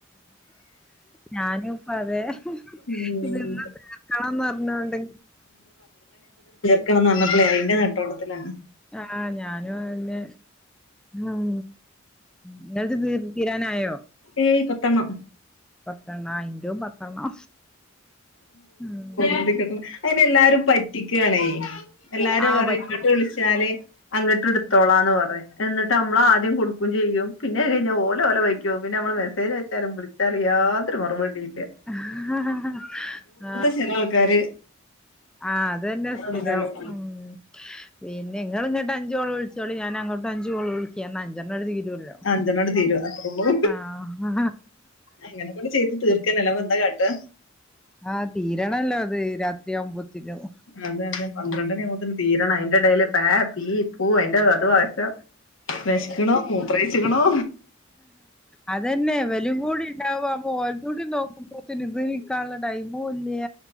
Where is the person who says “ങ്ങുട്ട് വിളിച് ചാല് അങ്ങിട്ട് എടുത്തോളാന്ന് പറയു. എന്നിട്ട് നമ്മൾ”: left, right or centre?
Left